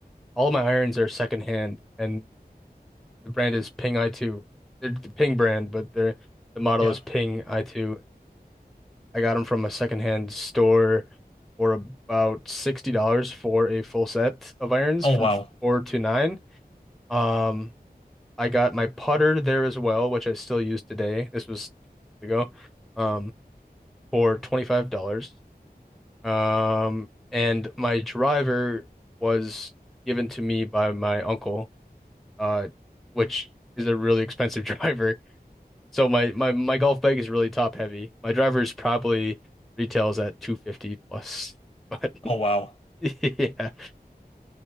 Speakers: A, in the centre; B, on the left.
A: all my irons are secondhand and The brand is Ping i2. They're the Ping brand, but they're the model
B: Yeah.
A: is Ping i2. I got them from a secondhand store for about $60 for a full set of irons
B: Oh,
A: from
B: wow.
A: four to nine. Um, I got my putter there as well, which I still use today. This was two years ago, um, for $25. Um, and my driver was given to me by my uncle, uh, which is a really expensive <laughs> driver. So my my my golf bag is really top heavy. My driver's probably retails at 250 plus. <laughs> But
B: Oh, wow.
A: yeah.